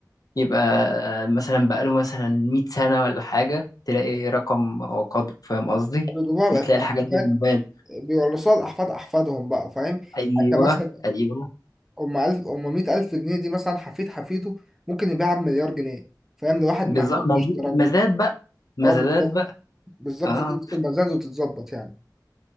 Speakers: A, on the left; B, in the centre.
A: يبقى آه، مثلا بقاله مثلا 100 سنة ولا حاجة تلاقي رقم وقدره فاهم قصدي
B: بيجيبوها بقى
A: بتلاقي
B: الكافيهات
A: الحاجات دي في موبايل
B: بيورثوها لاحفاد احفادهم بقى فاهم يعني
A: أيوه
B: انت مثلا
A: أيوه
B: أم ألف أم مية ألف جنيه دي مثلا حفيد حفيده ممكن يبيعها بمليار جنيه فاهم لواحد
A: بالظبط
B: مهووس بالشطرنج
A: مز- مزاد بقى مزادات
B: اه بالظبط
A: بقى
B: بالظبط
A: اه
B: دي نفس المزاج وتتظبط يعني